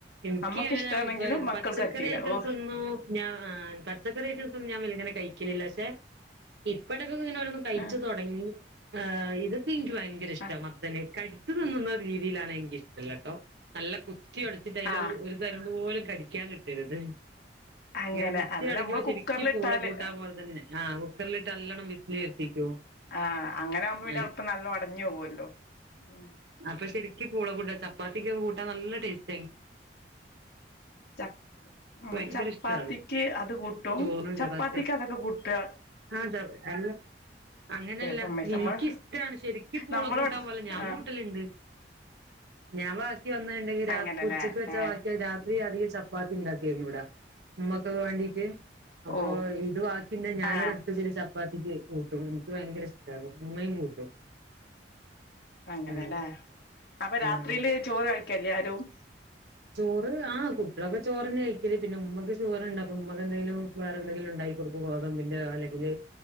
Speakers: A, on the right; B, on the left.
A: എനിക്ക്
B: നമ്മക്ക്ഷ്ടാണെങ്കിലും
A: അങ്ങനെ വെ-
B: മക്കൾക്ക്
A: പച്ചക്കറി
B: റ്റൂല്ല
A: ഐറ്റംസ്
B: ഓ
A: ഒന്നും ഞാൻ ആ പച്ചക്കറി ഐറ്റംസ് ഒന്നും ഞാൻ വല്യങ്ങനെ കഴിക്കലില്ല പക്ഷെ ഇപ്പഴൊക്ക ഇങ്ങനെ ഓരോന്ന് കഴിച്ചു
B: ആ
A: തുടങ്ങി ഇത് പ്പം ഇൻക് ഭയങ്കര ഇഷ്ട
B: ആ
A: മത്തന് കടി ച്ച് തിന്നുന്നാ ഒരു രീതിയിലാണ് എനിക്ക് ഇഷ്ടല്ലട്ടോ നല്ല കുതി ഒടച്ചിട്ട് അയ്ല്
B: ആ
A: ഒരു ഒരു തരം പോലും കടിക്കാൻ കിട്ടരുത്
B: അങ്ങനെ
A: ഇങ്ങനെ കുത്തി
B: അത്
A: ഒടക്കുപ്പോ
B: നമ്മള്
A: ശെരിക്കും
B: കുക്കറിലിട്ടാല്
A: പൂള കൂട്ടാൻ പോലെ തന്നെ ആ കുക്കറിലിട്ട് നല്ലോണം വിസില് വരുത്തിക്കും
B: ആഹ് അങ്ങനെ ആകുമ്പോ പിന്നെ
A: ആഹ്
B: എള്പ്പം നല്ല ഒടഞ്ഞോവല്ലോ ഉം
A: അപ്പ ശരിക്ക് പുള കൂടാ ചപ്പാത്തിക്ക് ക്കെ കൂട്ടാ നല്ല ടേസ്റ്റായി
B: ച
A: ഭയങ്കര
B: ചപ്പാത്തിക്ക്
A: ഇഷ്ടാ അത്
B: അത് കൂട്ടും
A: ചോറിനും
B: ചപ്പാത്തിക്ക്
A: ചപ്പാത്തിക്കും
B: അതൊക്കെ കൂട്ടാ
A: ആഹ് <unintelligible> അങ്ങനെയല്ല
B: സമ്മതിച്ചു
A: എനിക്കിഷ്ടാണ്
B: നമ്മള്
A: ശരിക്ക് പൂള
B: നമ്മളോട്
A: കൂട്ടാൻ പോലെ ഞാൻ
B: ആ
A: കൂട്ടല്ണ്ട് ഞാൻ ബാക്കി വന്നണ്ടെങ്കിൽ രാ
B: അങ്ങനെല്ലേ
A: ഉച്ചക്ക് വെച്ചാ
B: ഏ
A: ബാക്കി രാത്രി അധികം ചപ്പാത്തി ഇണ്ടാ ക്കോനു ഇവടെ ഇമ്മക്കൊക്കെ വേണ്ടീട്ട് അപ്പൊ
B: ഓ
A: ഇത് വാക്കി ണ്ടേ ഞാനത്
B: ആ
A: എടുത് വെച്ച്ട്ട് ച പ്പാത്തിക്ക് കൂട്ടും എനിക്ക് ഭയങ്കര ഇഷ്ട ഇമ്മയും കൂട്ടും
B: അങ്ങനെ
A: ആഹ്
B: ലേ അപ്പൊ രാത്രിയില്
A: ആഹ്
B: ചോറ് കഴിക്കേല്ലേ ആരും
A: ചോറ് ആഹ് കുട്ടിയാളൊക്കെ ചോറ്ന്നെ ക ഴിക്കല് പിന്നെ ഉമ്മക്ക് ഷുഗറ്ണ്ട് അപ്പം ഉമ്മക്ക് എന്തെങ്കിലും വേറെ എന്തെങ്കിലും ഉണ്ടായി കൊടുക്കും ഗോതമ്പ്ന്റെ അല്ലെങ്കില്